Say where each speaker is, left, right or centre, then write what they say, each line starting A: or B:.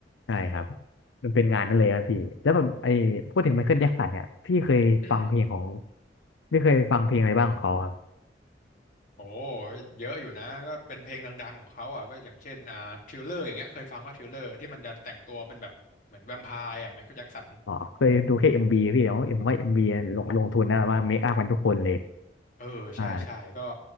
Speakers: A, on the left; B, on the left.
A: ใช่ครับมันเป็นงานนั่นเลยครับพี่แล้วแบบไอ้พูดถึงไมเคิลแจ็คสันเนี่ยพี่เคยฟังเพลงของ
B: อืม
A: พี่เคยฟังเพลงอะไรบ้างของเขาครับ
B: โอ้เยอะอยู่นะก็เป็นเพลงดังๆของเขาอ่ะก็อย่างเช่นอ่าทริลเลอร์อย่างเงี้ยเคยฟังว่าทริลเลอร์ที่มันจะแต่งตัวเป็นแบบเหมือนแวมไพร์อ่ะไมเคิลแจ็คสัน
A: อ๋อเคยดูแค่เอ็มบีพี่เดี๋ยวเอ็มว่าเอ็มบีลงลงทุนนะแบบว่าเมคอัพกันทุกคนเลย
B: เออใช่ใช่ก็
A: ใช่า